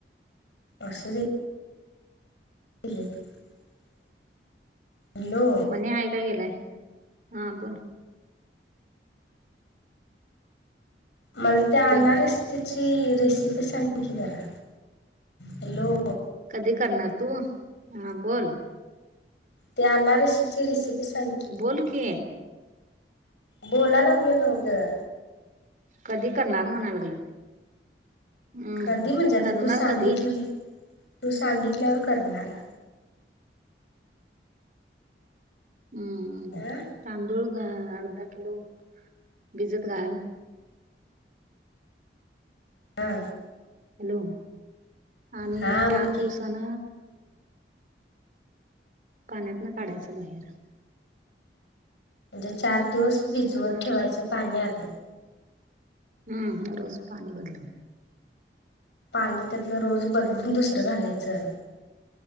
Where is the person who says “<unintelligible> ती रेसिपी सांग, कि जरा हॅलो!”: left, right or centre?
Left